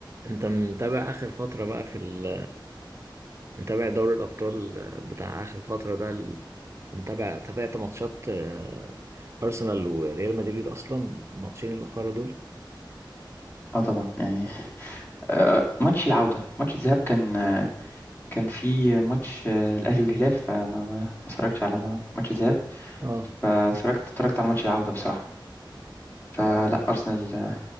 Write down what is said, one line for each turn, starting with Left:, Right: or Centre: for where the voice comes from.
Right: انت متابع اخر فترة بقى في ال... متابع دوري الابطال آه، بتاع اخر فترة ده ال... ومتابع تابعت ماتشات آه، ارسنال وريال مدريد اصلا الماتشين الاخرى دول
Left: اه طبعا يعني آه، ماتش العودة ماتش الذهاب كان آه، كان في ماتش آه، الأهلي والهلال فما ما ما اتفرجتش على ما- ماتش الذهاب
Right: اه
Left: فاتفرجت اتفرجت على ماتش العودة بصراحة فلا أرسنال آه،